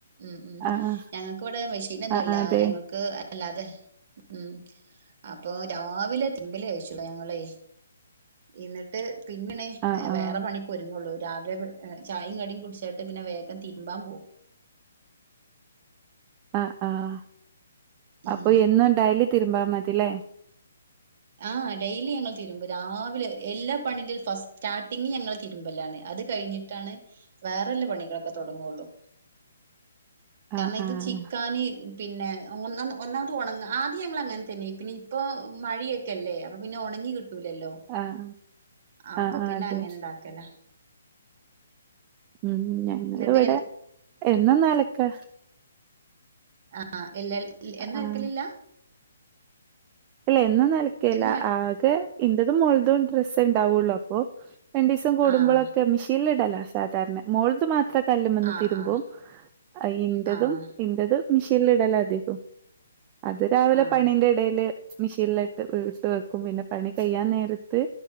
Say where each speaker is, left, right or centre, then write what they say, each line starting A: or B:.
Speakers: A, on the right (about 45°); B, on the right (about 25°).
A: ഉം ഉം
B: ആഹ് ആഹ്
A: ഞങ്ങക്ക് ഇവിടെ മെഷീൻ ഒന്നുമില്ല
B: ആഹ് ആഹ് അതെ
A: ഞങ്ങക്ക് അല്ല അത് ഉം അപ്പൊ രാവിലെ തിമ്പല് കഴിചൂള ഞങ്ങളേ എന്നിട്ട് പിന്നണി
B: ആഹ് ആഹ്
A: വേറെ പണി ഒരുങ്ങുള്ളൂ രാവിലെ ചായേം കടിയും കുടിച്ചിട്ട് പിന്നെ വേഗം തിരുമ്പാൻ പോകും
B: ആ ആഹ്
A: ഉം
B: അപ്പൊ എന്നുംണ്ടായല് തിരുമ്പാ മതില്ലേ
A: ആ ഡെയിലി ഞങ്ങൾ തരുമ്പും രാവിലെ എല്ലാ പണിന്റെയും ഫസ്റ്റ് സ്റ്റാർട്ടിങ് ഞങ്ങൾ തിരുമ്പല്ലാണ് അത് കഴിഞ്ഞിട്ടാണ് വേറെല്ല പണികളൊക്കെ തുടങ്ങുള്ളൂ കാരണം
B: ആഹ്
A: ഇത്
B: ആഹ്
A: ചിക്കാന് പിന്നെ ഒന്ന ഒന്നാമത് ഉണങ്ങ ആദ്യം ഞങ്ങൾ അങ്ങനെ തന്നെ പിന്നെ ഇപ്പോൾ മഴിയ ക്കല്ലേ അപപ്പോ പിന്നെ ഉണങ്ങി കിട്ടൂലല്ലോ
B: ആഹ്
A: അപ്പൊ
B: ആഹ് ആഹ്
A: പിന്നെ
B: അതെ
A: അങ്ങനെ ഇണ്ടാക്കല
B: ഉം ഞങ്ങളിവിടെ
A: എന്നിട്ട്
B: എന്നും നലക്ക
A: ആഹ് എല്ല എന്ന
B: ആഹ്
A: അലക്കലില്ല
B: അല്ല എന്നും നലക്കില്ല
A: എന്നും അര
B: ആകെ ഇന്റെതും മോൾടെതും ഡ്രസ്സ് ഉണ്ടാവുള്ളു അപ്പൊ രണ്ട് ദീസം കൂടുമ്പോഴൊക്കെ
A: ആഹ്
B: മെഷീനിൽ ഇടലോ സാധാരണ മോള മാത്രം കല്ലുംമേൽന്ന്
A: ആഹ്
B: തതിരുമമ്പും
A: ആഹ്
B: ഇന്റതും
A: ആഹ്
B: ഇന്റത് മിഷീനില് ഇടലാധികവും അത് രാവിലെ
A: ആഹ്
B: പണിന്റെ ഇടയില് മിഷീനിലട്ട് ഇട്ട് വെക്കും പിന്നെ പണി കയ്യാൻ നേരത്ത്